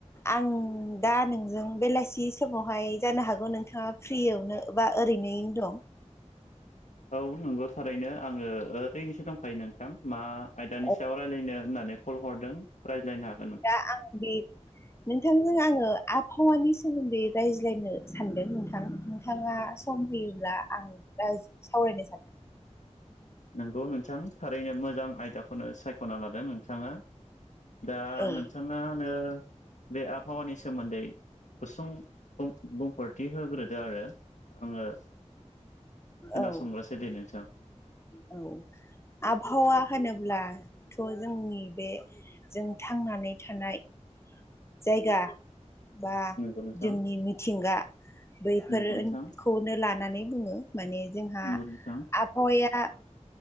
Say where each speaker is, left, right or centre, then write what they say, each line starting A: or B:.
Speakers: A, on the left; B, on the left.
A: आं दा नोंजों बेलासि समावहाय जानो हागौ नोंथाङा फ्रियावनो बा ओरैनोयैनो दं।
B: औ नंगौ थारैनो आङो ओरैनोसो दंखायो नोंथां मा आयदानि
A: दं
B: सायाव रायज्लायनो होननानै कल हरदों रायज्लायनो हा
A: दा आं बे नोंथांजों आङो आबहावानि सोमोन्दै रायज्लायनो सानदों नोंथां नोंथाङा सम होयोब्ला आं दा सावरायनो सानदों।
B: नोंगौ नोंथां थारैनो मोजां आयदाखौनो सायख'ना लादों नोंथाङा। दा
A: औ
B: नोंथाङानो बे आबहावानि सोमोन्दै गुसुं बुंफोरथि होग्रोदो आरो। आङो खोनासंग्रोसै
A: औ
B: दे नोंथां
A: औ। आबहावा होनोब्लाथ' जोंनि बे जों थांनानै थानाय जायगा बा
B: नंगौ नोंथां
A: जोंनि मिथिंगा बैफोरफोरखौ
B: नंगौ नोंथां
A: नो लानानै बुङो माने जोंहा
B: नंगौ नोंथां
A: आबहावाया